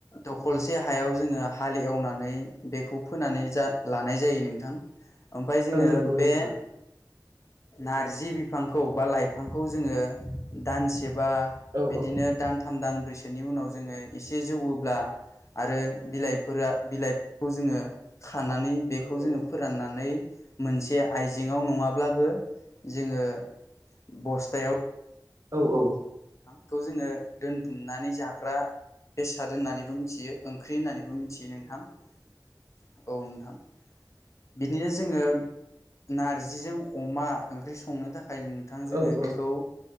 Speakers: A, on the left; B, on the right.
A: दख खरसे हायाव जोङो हाल एवनानै बेखौ फोनानै जा लानाय जायो नोंथां ओमफ्राय जोङो
B: औ नंगौ नोंथां
A: बे नारजि बिफांखौ बा लाइफांखौ जोङो दानसेबा
B: औ
A: बिदिनो दान थाम दानब्रैसोनि उनाव जोङो एसे जौवोब्ला आरो बिलाइफोरा बिलाइफोरखौ जोङो खानानै बेखौ
B: औ औ
A: जोङो फोराननानै मोनसे आइजेेंआव नङाब्लाबो जोङो बस्थायाव
B: औ औ
A: हाथ'खौ <unintelligible> जोङो दोनथुमनानै जाग्रा बेसाद होनोननानैबो मिथियो ओं ख्रि होननानैबो मिथियो नोंथां औ नोंथां बिदिनो जोङो नारजिजों अमा ओंख्रि संनो थाखाय <unintelligible> नोंथां जोङो
B: औ
A: बेखौ
B: औ